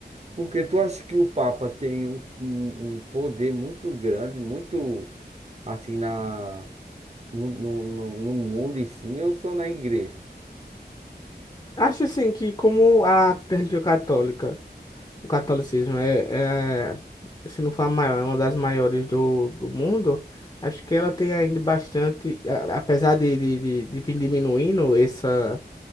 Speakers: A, on the right; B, on the left.
A: Porque tu acha que o Papa tem um, um, um poder muito grande, muito assim na, no, no, no no mundo e sim, eu sou na igreja.
B: Acho assim que como a religião católica, o catolicismo é, é, se não for a maior, é uma das maiores do, do mundo, acho que ela tem ainda bastante, a- apesar de, de, de, de vir diminuindo essa,